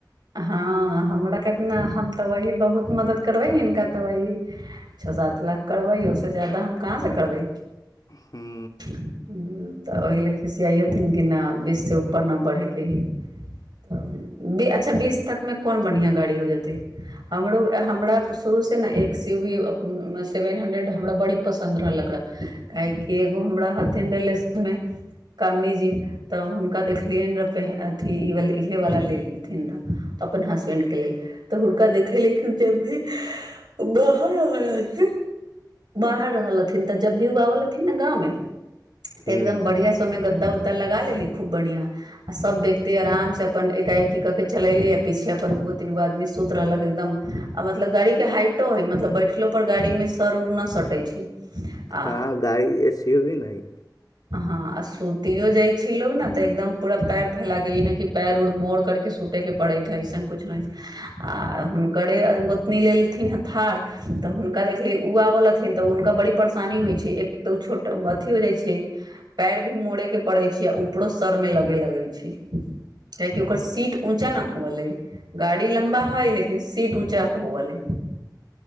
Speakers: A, on the right; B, on the left.
A: हँ हमरा केतना हम त वही बहुत मदद करबै हिनका त वही छह सात लाख करबै ओहिसँ ज्यादा हम कहाँसँ करबै
B: हूँ
A: तऽ ओहि लए खिसियाइ हथिन कि न बीच से ऊपर नहि बढ़ैके ही अच्छा बीस तक में कोन बढ़िआं गाड़ी हो जेत हमरो हमरा शुरू सँ ने X U V seven hundred हमरा बड़ी पसन्द रहल एकरा काहेकी एगो हमरा हथिन रिलेशन में कमनी जी तऽ हुनका देखलियनि रहए पे अथिी ईवला इहवला लेलथिन रहए अपन हसबैंडके लेल त हुनका देखय लेकिन जब भी बाहर आ ह बाहर रहल हथिन तऽ जब भी ओ आबल हथिन ने गाँवमे त एकदम
B: हूँ
A: बढ़िया समे गद्दा उद्दा लगा लेली खूब बढ़िया आ सभ व्यक्ति आरामसँ अपन एकाएकी कऽ कऽ चलयली आ पीछे अपन दू गो तीन गो आदमी सुति रहलक एकदम आ मतलब गाड़ीके हाइटो हइ मतलब बैठलो पर गाड़ीमे सर उर नहि सटै छै आ
B: हँ गाड़ी एसी भी नहि
A: ह आ सूतिो जाइ छ लोग ने तऽ एकदम पूरा पयर फैलााके नहि कि पएर उर मोड़ करके सुतैके पड़ैत हइ अइसन किछु नहि छै आ हुनकरे गोतनी लेलथिन थार तऽ हुनका देखली उआ लथि त ओ हुनका बड़ी परेशानी होइ छै एक त ओ छोट अथी हो जाइ छै पैर भी मोड़े के पड़ै छै आ ऊपरो सर मे लगे लगै छै काहेकि ओकर सीट ऊंचा न होले गाड़ी लम्बा हाइ लेकिन सीट ऊँचा हो ली